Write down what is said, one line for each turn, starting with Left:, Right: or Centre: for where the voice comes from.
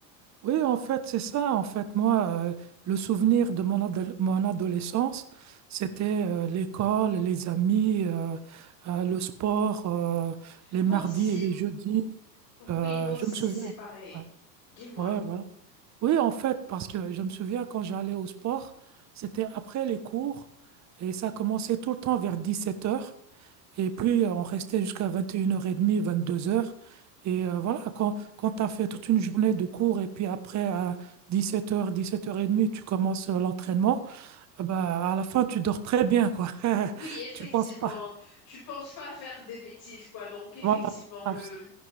Right: Oui, en fait, c'est ça. En fait, moi, euh, le souvenir de mon, ado- mon adolescence, c'était euh, l'école, les amis, euh, euh, le sport, euh, les
Left: Moi
Right: mardis
Left: aussi,
Right: et les jeudis. Euh,
Left: Oui, moi aussi,
Right: je me souviens.
Left: c'est pareil.
Right: Ouais,
Left: Dis-moi.
Right: ouais, voilà. Oui, en fait, parce que je me souviens quand j'allais au sport, c'était après les cours et ça commençait tout le temps vers dix-sept heures. Et puis, euh, on restait jusqu'à 21 h vingt deux heures Et euh, voilà, quand, quand tu as fait toute une journée de cours et puis après, à 17h, 17h30, tu commences euh, l'entraînement, euh, bah, à la fin, tu dors très bien, quoi. <laughs>
Left: Oui, effectivement,
Right: Tu penses pas.
Left: tu penses pas faire des bêtises, quoi. Donc, effectivement,
Right: Voilà. Abs-
Left: le,